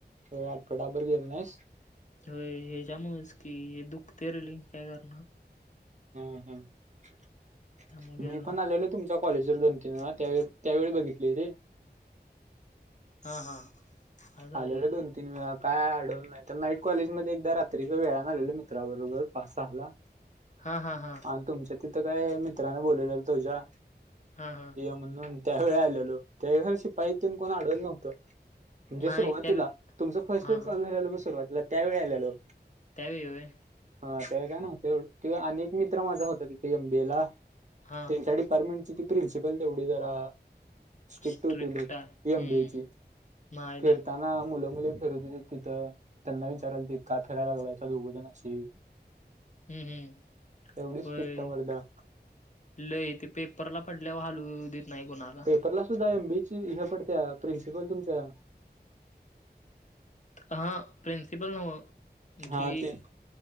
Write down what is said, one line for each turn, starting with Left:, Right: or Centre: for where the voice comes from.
Right: हो आठवडाभर गेला नाहीस.
Left: होय हेज्यामुळंच की हे दुखतंय रे काय करणार.
Right: हम्म हम्म
Left: त्यामुळे गेलो
Right: मी पण
Left: नाही.
Right: आलेलो तुमच कॉलेज वर दोन तीन ना त्या त्यावेळी बघितली रे.
Left: हा हा. हा झालोय
Right: आलेलो दोन तीन वेळा काय अडवल नाय. तर नाईट कॉलेज म एकदा रात्रीच वेळाने आलेलं मित्राबरोबर पास सहाला.
Left: हा हा हा.
Right: आणि तुमच्या तिथं काय मित्रांने बोलवलेलं तुझ्या
Left: हा हा.
Right: म्हणून त्यावेळी आलेलो त्यावेळी शिपाई त कोण आडवल नव्हतं. म्हणजे
Left: नाही
Right: सुरुवातीला
Left: त्या
Right: तुमच फर्स्ट
Left: हा
Right: इयर चालू
Left: हा
Right: झाला बघ सुरुवातीला त्यावेळी आलेलो.
Left: त्यावेळी होय
Right: हा ते काय न होत एवढ किंवा अनेक मित्र माझा होता तिथे एमबीए ला.
Left: हा
Right: त्याच्या डिपार्टमेंटची ती प्रिन्सिपल तेवढी जरा. ट्रिक
Left: स्ट्रिक्ट
Right: होती लय
Left: आहे
Right: एमबीएची.
Left: हम्म माहित
Right: फिरताना
Left: आहे
Right: मुलं मुली फिरत होती तिथं. त्यांना विचारालालती का फिरायला लागलायचा दोघंजण अशी
Left: हम्म हम्म
Right: एवढी
Left: होय.
Right: स्ट्रिक्ट आहे मर्दा.
Left: लय ते पेपरला पडल्यावर हालू देत नाही कोणाला.
Right: रला सुद्धा एम बी ए चे हे पडतंय प्रिन्सिपल तुमच्या
Left: ह प्रिंसिपल नव्ह
Right: हा
Left: जी.
Right: ते